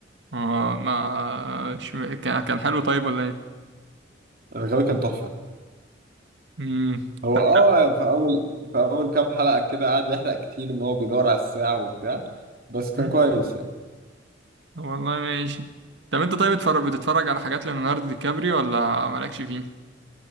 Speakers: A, on the right; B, on the right.
A: اه ما ش... كان كان حلو طيب ولا ايه
B: الغاوي كان تحفة
A: امم
B: هو
A: طب
B: اه في أول في أول كام حلقة كده قعد يحرق كتير إن هو بيدور على الساعة وبتاع بس كان
A: مم.
B: كويس يعني
A: والله ماشي طب انت طيب بتفرج بتتفرج على حاجات ليوناردو دي كابريو ولا مالكش فيه